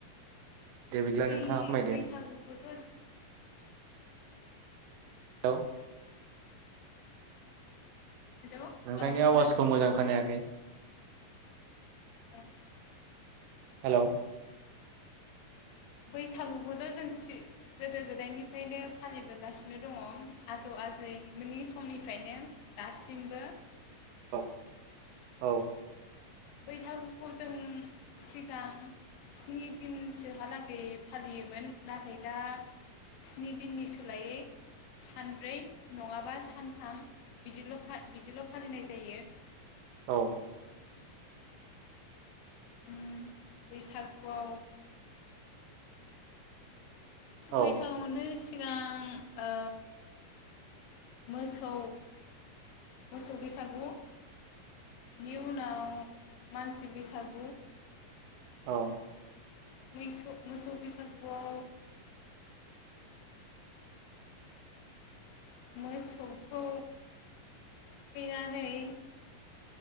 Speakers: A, on the right; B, on the left.
A: दे बिदिब्ला
B: बै
A: नोंथाङा फोरमायदो।
B: बैसागुखौथ'
A: हेलौ
B: हेलौ
A: नोंथांनि
B: औ खोनादों
A: आवाजखौ
B: खोनादों
A: मोजां खोनायाखै।
B: औ
A: हेलौ
B: बैसागुखौथ' जों सि- गोदो गोदायनिफ्रायनो फालिबोगासिनो दङ आजौ आजैमोननि समनिफ्रायनो दासिमबो।
A: औ औ
B: बैसागुखौ जों सिगां स्नि दिनसोहालागै फालियोमोन नाथाय दा स्नि दिननि सोलायै सानब्रै नङाबा सानथाम बिदिल' फा- बिदिल' फालिनाय जायो।
A: औ
B: ओम बैसागुआव
A: औ
B: बैसागआवनो सिगां ओ मोसौ मोसौ बैसागु बिनि उनाव मानसि बैसाग
A: औ
B: <unintelligible> मोसौ बैसागुआव मोसौखौ, थुखैनानै